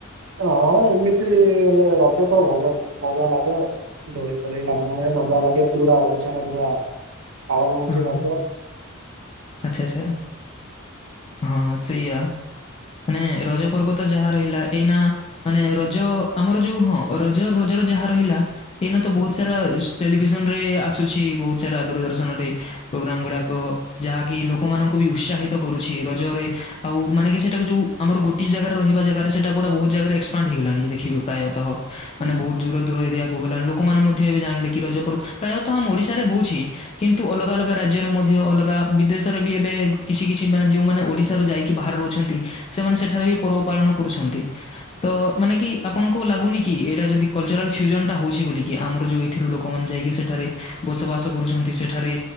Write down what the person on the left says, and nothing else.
ହୁଁ।
ଆଚ୍ଛା ଆଚ୍ଛା ହଁ ସେଇଆ।
ମାନେ ରଜ ପର୍ବ ତ ଯାହା ରହିଲା ଏଇନା ମାନେ ରଜ। ଆମର ଯୋଉ ହଁ ରଜ ରଜର ଯାହା ରହିଲା ଏଇନା ତ ବହୁତ ସାରା ଟେଲିଭିଜନରେ ଆସ ଆସୁଛି ବହୁତ ସାରା ଦୂରଦର୍ଶନ ରେ ପୋଗ୍ରାମ ଗୁଡାକ। ଯାହାକି ଲୋକମାନଙ୍କୁ ବି ଉତ୍ସାହିତ କରୁଚି ରଜରେ, ଆଉ ମାନେ କି ସେଟାକୁ ଯୋଉ ଆମର ଗୋଟିଏ ଜାଗାରେ ରହିବା ଜାଗାରେ ସେଟା ପୁର ବହୁତ ଜାଗାରେ ଏକ୍ସପାଣ୍ଡ ହେଇଗଲାଣି ଦେଖିବ ପ୍ରାୟତଃ
ମାନେ ବହୁତ ଦୂର ଦୂର ଏରିଆ ଗଲାଣି ଲୋକମାନେ ମଧ୍ୟ ଏବେ ଜାଣିଲେ କି ରଜପର୍ବ ପ୍ରାୟତଃ ଆମ ଓଡିଶାରେ ହଉଚି କିନ୍ତୁ ଅଲଗା ଅଲଗା ରାଜ୍ୟରେ ମଧ୍ୟ ଅଲଗା ବିଦେଶରେ ବି ଏବେ କିଛି କିଛି ମାନେ ଯେଉଁମାନେ ଓଡ଼ିଶାରୁ ଯାଇକି ବାହାରେ ରହୁଛନ୍ତି ସେମାନେ ସେଠାରେ ବି ପର୍ବ ପାଳନ କରୁଛନ୍ତି। ତ ମାନେ କି ଆପଣଙ୍କୁ ଲାଗୁନି କି ଏଇଟା ଯଦି କଲଚରାଲ ଫିଉଜନ ଟା ହଉଚି ବୋଲିକି ଆମର ଯୋଉ ସେଠାରୁ ଲୋକମାନେ ଯାଇକି ସେଠାରେ ବସବାସ କରୁଚନ୍ତି। ସେଠାରେ